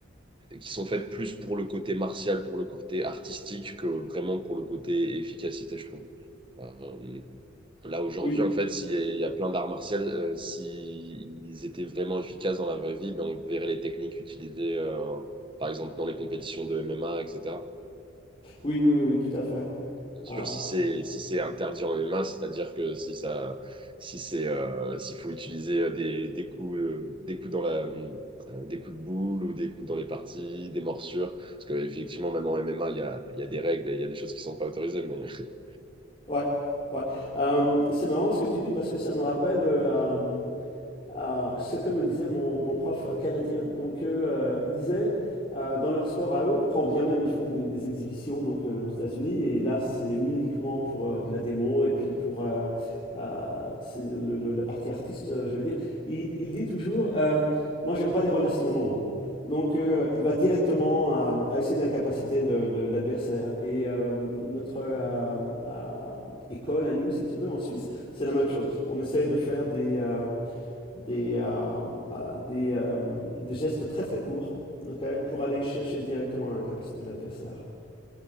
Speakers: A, on the right (about 25°); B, on the left (about 30°).
A: qui sont faites plus pour le côté martial, pour le côté artistique, que vraiment pour le côté efficacité, je trouve. Euh, là, aujourd'hui,
B: oui,
A: en fait, s'il y a, il y a plein d'arts martiaux, euh, s'ils étaient vraiment efficaces dans la vraie vie, ben, on verrait les techniques utilisées, euh, par exemple, dans les compétitions de MMA, etc.
B: oui, oui, oui, tout à fait.
A: Bien sûr,
B: Euh,
A: si c'est si c'est interdit en MMA, c'est-à-dire que si ça si c'est euh, s'il faut utiliser euh, des, des coups euh, des coups dans la euh, des coups de boule ou des coups dans les parties, des morsures, parce que effectivement même en MMA il y a, il y a des règles et il y a des choses qui sont pas autorisées, mais <laughs>
B: ouais, ouais. Euh, c'est marrant ce que tu dis parce que ça me rappelle euh, euh, euh, ce que me disait mon, mon prof canadien. Donc, euh, euh, il disait, euh, dans leur sport à eux, quand bien même ils font des, des exhibitions donc, euh, aux États-Unis, et là, c'est uniquement pour euh, de la démo et puis pour euh, euh, c'est le- le- la partie artiste, euh, je veux dire, il, il dit toujours, euh, moi, j'aime pas les relations longues. Donc, euh, il va directement à, à essayer d'incapaciter le- le- l'adversaire. Et euh, notre euh, euh, école, à nous, si tu veux, en Suisse, c'est la même chose. On essaye de faire des, euh, des, euh, des, euh, des gestes très très courts ok, pour aller chercher directement la capacité de l'adversaire.